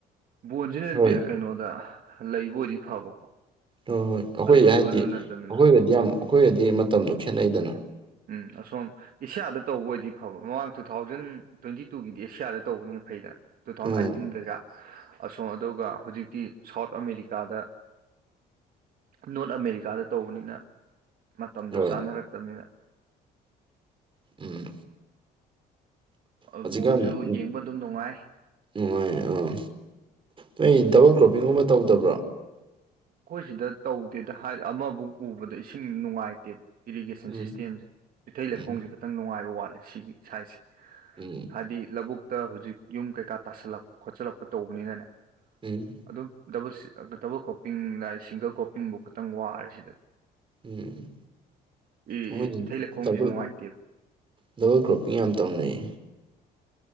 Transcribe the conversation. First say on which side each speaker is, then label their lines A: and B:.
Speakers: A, on the right; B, on the right.
A: ꯕꯣꯟꯁꯤꯅꯗꯤ
B: ꯍꯣꯏ
A: ꯀꯩꯅꯣꯗ ꯂꯩꯕ ꯑꯣꯏꯗꯤ ꯐꯕꯀꯣ꯫
B: ꯍꯣꯏ ꯍꯣꯏ
A: ꯑꯗꯨ
B: ꯑꯩꯈꯣꯏ ꯍꯥꯏꯗꯤ
A: ꯑꯗꯨ ꯅꯠꯇꯕꯅꯤꯅ
B: ꯑꯩꯈꯣꯏꯒꯗꯤ ꯌꯥꯝ ꯑꯩꯈꯣꯏꯒꯗꯤ ꯃꯇꯝꯗꯣ ꯈꯦꯠꯅꯩꯗꯅ꯫
A: ꯎꯝ ꯑꯁꯣꯝ ꯏꯁꯌꯥꯗ ꯇꯧꯕ ꯑꯣꯏꯗꯤ ꯐꯕ ꯃꯃꯥꯡ ꯇꯨ ꯊꯥꯎꯖꯟ ꯇ꯭ꯋꯦꯟꯇꯤ ꯇꯨꯒꯤꯗꯤ ꯑꯦꯁꯤꯌꯥꯗ ꯇꯧꯕꯅꯦꯅ ꯐꯩꯗꯅ ꯇꯨ ꯊꯥꯎꯖꯟ
B: ꯎꯝ
A: ꯑꯥꯏꯇꯤꯟ ꯀꯩꯀ꯫ ꯑꯁꯣꯝ ꯑꯗꯨꯒ ꯍꯧꯖꯤꯛꯇꯤ ꯁꯥꯎꯠ ꯑꯃꯦꯔꯤꯀꯥꯗ ꯅꯣꯔꯠ ꯑꯃꯦꯔꯤꯀꯥꯗ ꯇꯧꯕꯅꯤꯅ ꯃꯇꯝꯗꯣ
B: ꯍꯣꯏ
A: ꯆꯥꯅꯔꯛꯇꯕꯅꯤꯝꯅ꯫
B: ꯎꯝ꯫
A: ꯑ
B: ꯍꯧꯖꯤꯛꯀꯥꯟ
A: ꯕꯣꯜꯁꯨ ꯌꯦꯡꯕ ꯑꯗꯨꯝ ꯅꯨꯡꯉꯥꯏ꯫
B: ꯅꯨꯡꯉꯥꯏ ꯑꯥ ꯅꯣꯏ ꯗꯕꯜ ꯀ꯭ꯔꯣꯞꯄꯤꯡꯒꯨꯝꯕ ꯇꯧꯗꯕ꯭ꯔꯣ꯫
A: ꯑꯩꯈꯣꯏ ꯁꯤꯗ ꯇꯧꯗꯦꯗ ꯍꯥꯏ ꯑꯃꯕꯨꯛ ꯄꯨꯕꯗ ꯏꯁꯤꯡ ꯅꯨꯡꯉꯥꯏꯇꯦꯕ꯫ ꯏꯔꯤꯒꯦꯁꯟ
B: ꯎꯝ
A: ꯁꯤꯁꯇꯦꯝꯁꯦ ꯏꯊꯩ ꯂꯩꯈꯣꯡꯁꯦ
B: ꯎꯝ
A: ꯈꯤꯇꯪ ꯅꯨꯡꯉꯥꯏꯕ ꯋꯥꯠꯂꯦ ꯁꯤꯒꯤ ꯁꯥꯏꯖꯁꯦ꯫
B: ꯎꯝ꫰꫰
A: ꯍꯥꯏꯗꯤ ꯂꯧꯕꯨꯛꯇ ꯍꯧꯖꯤꯛ ꯌꯨꯝ ꯀꯩꯀꯥ ꯇꯥꯁꯜꯂꯛꯄ ꯈꯣꯠꯁꯤꯜꯂꯛꯄ ꯇꯧꯕꯅꯤꯅꯅꯦ꯫
B: ꯎꯝ
A: ꯑꯗꯨꯝ ꯗꯕꯜ ꯗꯕꯜ ꯀꯣꯞꯄꯤꯡ ꯂ ꯁꯤꯡꯒꯜ ꯀꯣꯞꯄꯤꯡꯕꯨ ꯈꯇꯪ ꯋꯥꯔꯦ ꯁꯤꯗꯗꯤ꯫
B: ꯎꯝ
A: ꯏ
B: ꯑꯩꯈꯣꯏꯗꯤ
A: ꯏ ꯏꯊꯩ ꯂꯧꯈꯣꯡꯁꯦ
B: ꯗꯕꯜ
A: ꯅꯨꯡꯉꯥꯏꯇꯦꯕ꯫
B: ꯗꯕꯜ ꯀ꯭ꯔꯣꯞꯄꯤꯡ ꯌꯥꯝ ꯇꯧꯅꯩ꯫